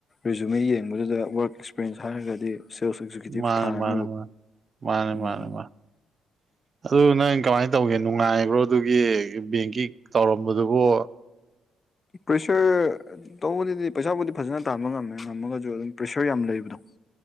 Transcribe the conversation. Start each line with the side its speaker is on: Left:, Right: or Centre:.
Left: ꯔꯤꯖꯨꯃꯦ ꯌꯦꯡꯕꯗꯨꯗ ꯋꯥꯔꯛ ꯑꯦꯛꯁꯄꯔꯟꯁ ꯍꯥꯏꯔꯒꯗꯤ ꯁꯦꯜꯁ ꯑꯦꯛꯖꯤꯀ꯭ꯌꯨꯇꯤꯞ
Right: ꯃꯥꯅꯦ
Left: ꯊꯥ
Right: ꯃꯥꯅꯦ
Left: ꯑꯅꯤꯃꯨꯛ
Right: ꯃꯥꯅꯦ ꯃꯥꯅꯦ
Left: ꯎꯝ
Right: ꯃꯥꯅꯦ
Left: ꯎ
Right: ꯃꯥꯅꯦ ꯑꯗꯨ ꯅꯪ ꯏ ꯀꯃꯥꯏ ꯇꯧꯒꯦ ꯅꯨꯡꯉꯥꯏꯕ꯭ꯔꯣ ꯑꯗꯨꯒꯤ ꯕꯦꯡꯀꯤ ꯇꯧꯔꯝꯕꯗꯨꯕꯨ
Left: ꯄ꯭ꯔꯦꯁꯔ ꯇꯧꯕꯗꯗꯤ ꯄꯩꯁꯥꯕꯨꯗꯤ ꯐꯖꯅ ꯇꯥꯟꯕ ꯉꯝꯃꯦ ꯉꯝꯃꯒꯁꯨ ꯑꯗꯨꯝ ꯄ꯭ꯔꯦꯁꯔ ꯌꯥꯝ ꯂꯩꯕꯗꯣ